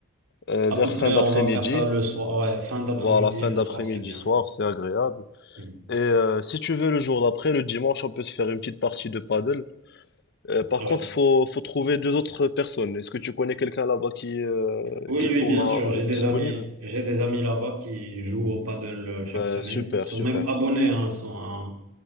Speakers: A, on the left; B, on the right.
A: euh,
B: À
A: vers
B: peu près,
A: fin d'après-midi.
B: on va faire ça le soir. Ouais, fin d'après-midi,
A: Voilà, fin
B: le
A: d'après-midi
B: soir, c'est bien.
A: soir, c'est agréable.
B: Mm.
A: Et euh, si tu veux le jour d'après, le dimanche, on peut se faire une petite partie de paddle. Euh, par
B: Ouais.
A: contre, faut, faut trouver deux autres personnes. Est-ce que tu connais quelqu'un là-bas qui, euh,
B: Oui,
A: qui
B: oui,
A: pourra
B: bien sûr. J'ai
A: être
B: des
A: disponible?
B: amis, j'ai des amis là-bas qui jouent au paddle euh, chaque
A: Ben,
B: semaine.
A: super,
B: Ils sont
A: super.
B: même abonnés, hein, ils sont un,